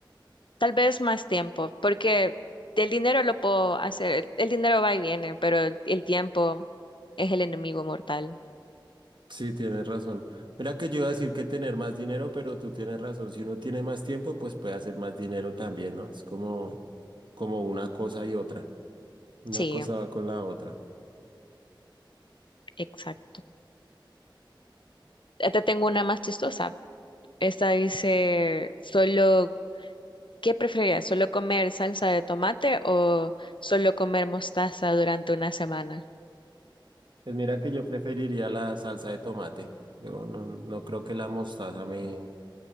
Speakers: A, on the left; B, on the right.
A: Tal vez más tiempo, porque el dinero lo puedo hacer, el, el dinero va y viene, pero el, el tiempo es el enemigo mortal.
B: Sí, tienes razón. Mira que yo iba a decir que tener más dinero, pero tú tienes razón. Si uno tiene más tiempo, pues puede hacer más dinero también, ¿no? Es como, como una cosa y otra. Una
A: Sí,
B: cosa va con la otra.
A: exacto. Ya Te tengo una más chistosa. Esta dice, solo, ¿qué preferirías? ¿Solo comer salsa de tomate o solo comer mostaza durante una semana?
B: Pues mira que yo preferiría la salsa de tomate. Yo no, no creo que la mostaza me,